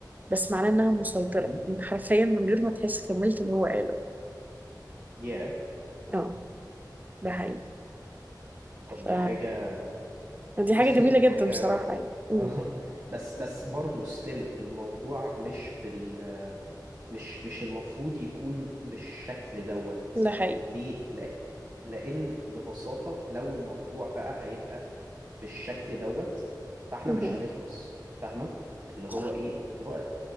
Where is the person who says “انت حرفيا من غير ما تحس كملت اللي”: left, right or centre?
Right